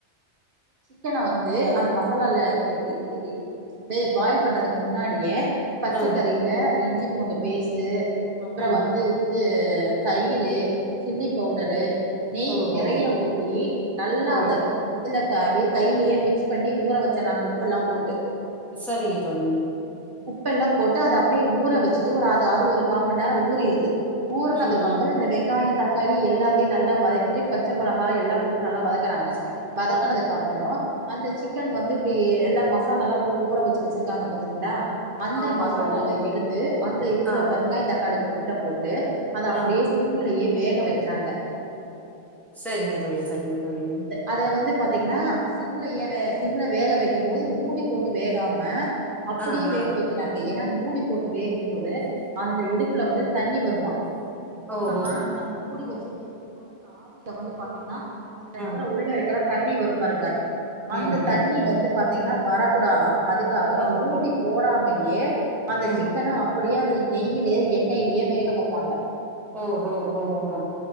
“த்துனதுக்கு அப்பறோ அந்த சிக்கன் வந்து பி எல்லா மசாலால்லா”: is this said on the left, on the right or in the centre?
Right